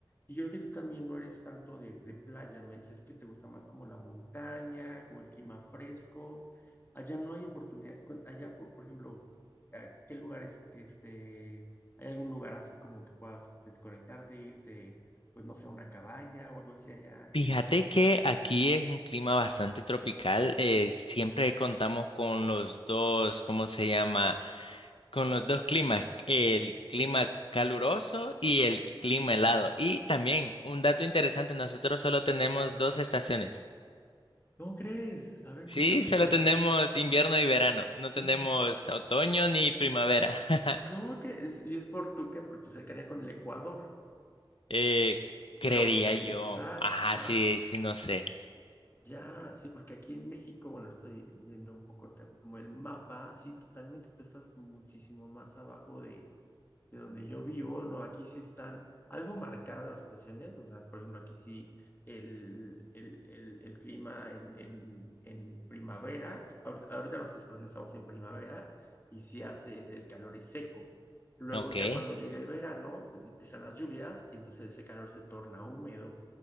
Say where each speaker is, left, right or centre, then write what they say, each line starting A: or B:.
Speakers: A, on the left; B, on the left.
A: Y yo creo que tú también no eres tanto de, de playa, me decías que te gusta más como la montaña, como el clima fresco. Allá no hay oportunidad, cu- allá, por, por ejemplo, ¿a ¿qué lugares, este ¿Hay algún lugar así como que puedas desconectarte, irte, pues no sé, a una cabaña o algo así allá en
B: Fíjate
A: El Salvador?
B: que aquí es un clima bastante tropical. eh, siempre contamos con los dos, ¿cómo se llama? Con los dos climas, el clima caluroso y el clima helado. Y también, un dato interesante, nosotros solo tenemos dos estaciones.
A: ¿Cómo crees? A ver,
B: Sí,
A: cuéntame
B: solo
A: eso. <gasps>
B: tenemos invierno y verano. No
A: <laughs>
B: tenemos otoño ni primavera. <laughs>
A: ¿Cómo crees? ¿Y es por tu qué? Por tu cercanía con el Ecuador.
B: Eh,
A: Quiero
B: creería
A: pensar,
B: yo. Ajá,
A: ajá,
B: sí, sí, no sé.
A: ya, sí, porque aquí en México, bueno, estoy viendo un poco también como el mapa, sí, totalmente, tú estás muchísimo más abajo de de donde yo vivo, no, aquí sí están algo marcadas las estaciones, o sea, por ejemplo, aquí sí el, el, el, el clima en, en, en primavera, ahorita, ahorita nosotros por ejemplo, estamos en primavera y sí hace, el calor es seco. Luego
B: Ok.
A: ya
B: En
A: cuando llega el verano, pues empiezan las lluvias y entonces ese calor se torna húmedo.